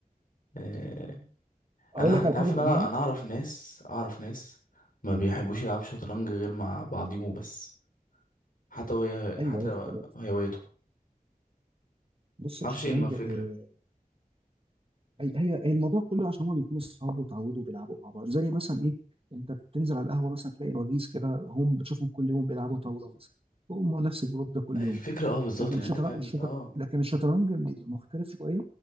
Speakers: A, on the left (about 65°); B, on the right (about 40°).
A: آه،
B: اقول
A: انا
B: لك
A: أعرف- انت
B: على
A: عارف
B: حاجه بامانه
A: ان انا انا اعرف ناس اعرف ناس ما بيحبوش يلعبوا شطرنج غير مع بعضيهم بس حتى وهي
B: ايوه
A: حتى
B: هي
A: لو
B: ده حقيقه
A: هوايتهم
B: بص
A: ما
B: الشطرنج
A: اعرفش ايه إنه الفكره
B: آه، هي هي هي الموضوع كله عشان هما بيكونوا صحاب وتعودوا بيلعبوا مع بعض زي مثلا ايه انت بتنزل على القهوه مثلا تلاقي وجيز كده هم بتشوفهم كل يوم بيلعبوا طاوله مثلا هم نفس الجروب ده كل
A: الفكره
B: يوم
A: اه بالظبط
B: لكن
A: يعني
B: الشطرنج
A: انت فاهم
B: الشطر...
A: اه
B: لكن الشطرنج بيبقى مختلف شويه